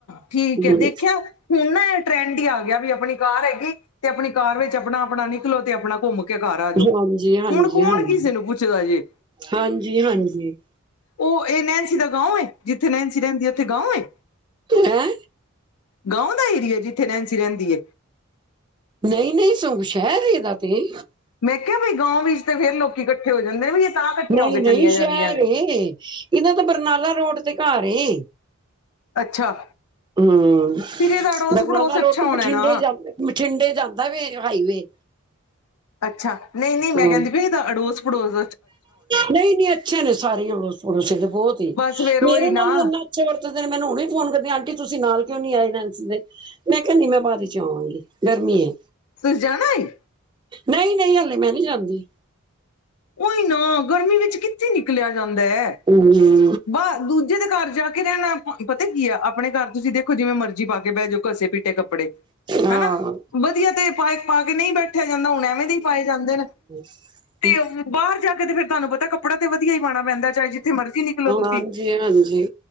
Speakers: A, on the left; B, on the right.
A: ਠੀਕ
B: ਹੂੰ
A: ਹੈ ਦੇਖਿਆ ਹੁਣ ਨਾ ਇਹ ਟਰੈਂਡ ਹੀ ਆ ਗਿਆ ਵੀ ਆਪਣੀ ਕਾਰ ਹੈਗੀ ਤੇ ਆਪਣੀ ਕਾਰ ਵਿੱਚ ਆਪਣਾ-ਆਪਣਾ ਨਿਕਲੋ ਤੇ ਆਪਣਾ ਘੁੰਮ ਕੇ ਘਰ ਆ ਜਾਓ,
B: ਹਾਂਜੀ ਹਾਂਜੀ
A: ਹੁਣ ਕੌਣ
B: ਹਾਂਜੀ
A: ਕਿਸੇ ਨੂੰ ਪੁੱਛਦਾ ਜੇ।
B: ਹਾਂਜੀ ਹਾਂਜੀ
A: ਉਹ ਇਹ ਨੈਨਸੀ ਦਾ ਗਾਉ ਹੈ, ਜਿੱਥੇ ਨੈਨਸੀ ਰਹਿੰਦੀ ਹੈ ਉੱਥੇ ਗਾਉ ਏ।
B: ਹੈ
A: ਗਾਉ ਦਾ ਏਰੀਆ ਜਿੱਥੇ ਨੈਨਸੀ ਰਹਿੰਦੀ ਹੈ।
B: ਨਹੀਂ-ਨਹੀਂ ਸ ਸ਼ਹਿਰ ਏਦਾ ਤੇ।
A: ਮੈਂ ਕਿਹਾ ਵੀਈ ਗਾਉ ਵਿੱਚ ਤੇ ਫੇਰ ਲੋਕੀ ਇਕੱਠੇ ਹੋ ਜਾਂਦੇ ਵੀ ਤਾਂ ਇਕੱਠੀਆਂ
B: ਨਹੀਂ-ਨਹੀਂ
A: ਹੋ ਕੇ ਚਲੀਆਂ
B: ਸ਼ਹਿਰ
A: ਜਾਂਦੀਆਂ ਨੇ
B: ਏ ਇਹਨਾਂ ਦਾ ਬਰਨਾਲਾ ਰੋਡ ਤੇ ਘਰ ਏ।
A: ਅੱਛਾ
B: ਹਮ
A: ਫਿਰ ਇਹਦਾ ਅੜੋਸ
B: ਬਰਨਾਲਾ
A: ਪੜੋਸ ਅੱਛਾ
B: ਰੋਡ ਤੇ
A: ਹੋਣਾ
B: ਬਠਿੰਡੇ
A: ਨਾ
B: ਜਾਂਦੇ ਬਠਿੰਡੇ ਜਾਂਦਾ ਵੇ ਹਾਈਵੇ।
A: ਅੱਛਾ ਨਹੀਂ-ਨਹੀਂ ਮੈਂ
B: ਹੂੰ,
A: ਕਹਿੰਦੀ ਪੀ ਸੀ ਇਹਦਾ ਅੜੋਸ-ਪੜੋਸ
B: ਨਹੀਂ-ਨਹੀਂ ਅੱਛੇ ਨੇ ਸਾਰੇ - ਤੇ ਬਹੁਤ ਹੀ
A: ਬਸ ਫੇਰ
B: ਮੇਰੇ
A: ਉਹੀ ਨਾ
B: ਨਾਲ ਇੰਨਾ ਵਰਤਦੇ ਨੇ ਮੈਨੂੰ ਹੁਣ ਫੋਨ ਕਰਦੀ ਆਂਟੀ ਤੁਸੀਂ ਨਾਲ ਕਿਉਂ ਨੀ ਆਏ ਨੈਂਸੀ ਦੇ ਮੈਂ ਕਿਹਾ ਨਹੀ, ਮੈਂ ਬਾਅਦ ਚ ਆਵਾਂਗੀ ਗਰਮੀ ਹੈ
A: ਤੁਸੀ ਜਾਣਾ ਏ-
B: ਨਹੀਂ ਨਹੀਂ, ਹਲੇ ਮੈਂ ਨਹੀਂ ਜਾਂਦੀ।
A: ਉਹੀ ਨਾ, ਗਰਮੀ ਵਿੱਚ ਕਿੱਥੇ ਨਿਕਲਿਆ ਜਾਂਦਾ ਹੈ
B: ਹਮ ਹਮ
A: ਬਾਹਰ ਦੂਜੇ ਦੇ ਘਰ ਜਾ ਕੇ ਰਹਿਣਾ ਪਤਾ ਕੀ ਆ, ਆਪਣੇ ਘਰ ਤੁਸੀਂ ਦੇਖੋ ਜਿਵੇਂ ਮਰਜੀ ਪਾ ਕੇ ਬਹਿ ਜਾਓ ਘਸੇ ਪੀਟੇ ਕੱਪੜੇ
B: ਹਾਂ
A: ਹਨਾ, ਵਧੀਆ ਤੇ ਪਾਏ ਪਾ ਕੇ ਨਹੀਂ ਬੈਠਿਆ ਜਾਂਦਾ ਹੁਣ ਐਵੇਂ ਦੇ ਪਾਏ ਜਾਂਦੇ ਨੇ
B: ਹਮ
A: ਤੇ ਬਾਹਰ ਜਾ ਕੇ ਫ਼ਿਰ ਤੁਹਾਨੂੰ ਪਤਾ ਕੱਪੜਾ ਤੇ ਵਧੀਆ ਹੀ ਪਾਉਣਾ ਪੈਂਦਾ, ਚਾਹ ਜਥੇ ਮਰਜ਼ੀ ਨਿਕਲੋ ਤੁਸੀਂ
B: ਹਾਂਜੀ ਹਾਂਜੀ